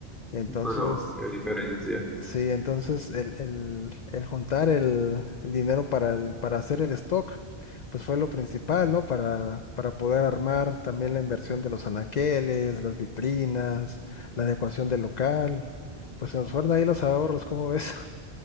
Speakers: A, on the left; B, in the centre.
A: Entonces,
B: pero qué diferencia.
A: sí, entonces el, el- el juntar el, el dinero para, el- para hacer el stock, pues fue lo principal, ¿no? Para, para poder armar también la inversión de los anaqueles, las vitrinas, la adecuación del local. Pues se nos fueron ahí los ahorros, ¿cómo ves?